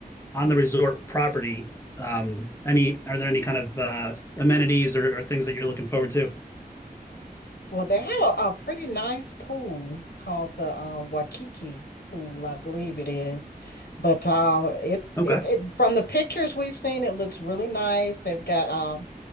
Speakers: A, on the left (about 15°); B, on the left (about 85°).
A: on the resort property? Um, any are there any kind of uh, amenities or, or things that you're looking forward to?
B: Well, they have a, a pretty nice pool called the um, Waikiki pool, I believe it is. But um, it's
A: Okay.
B: it, it from the pictures we've seen, it looks really nice. They've got uh,